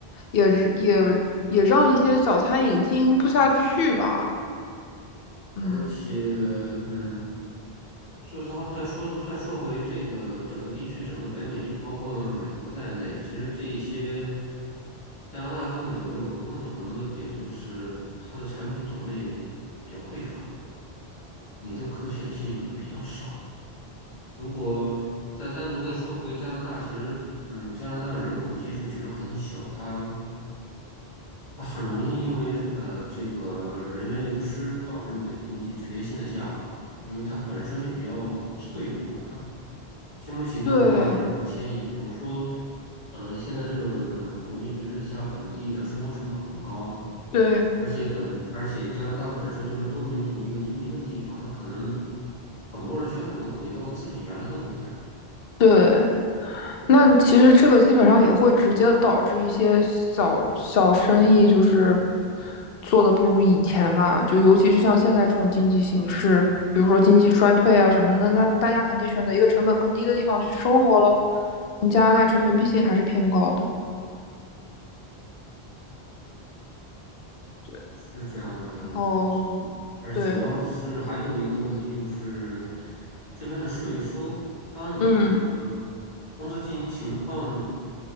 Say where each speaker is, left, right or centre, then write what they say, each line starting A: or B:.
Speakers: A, on the left; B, on the left.
A: 也是也也让一些小餐饮经营不下去吧，嗯，
B: 而且，嗯，就是好再说的再说回这个整个地区，整个北美就包括美国在内，其实这一些加拿大跟美国有个共同的点，就是它的产品种类比较匮乏，你的可选性比较少。如果再单独再说回加拿大，其实，嗯，加拿大人口基数其实很小，它它很容易因为呃这个人员流失导致你的经济直接性的下滑，因为它本身就比较脆弱，它经不起那种大的人口迁移。
A: 对
B: 比如说，嗯、现在这种国际局势下，本地的生活成本很高，
A: 对
B: 而且本而且加拿大本身就是多民族一个移民的地方，它可能很多人选择回到自己原来的国家。
A: 对。那其实这个基本上也会直接导致一些小小生意就是做的不如以前嘛，就尤其是像现在这种经济形势，比如说经济衰退啊什么的，那大家肯定选择一个成本更低的地方去生活喽。嗯加拿大成本毕竟还是偏高的。
B: 对
A: 对，
B: 是这样的，
A: 然后
B: 没有错。而主要是还有一个问题就是，
A: 对，
B: 这边的税收，当你的
A: 嗯，
B: 公司经营情况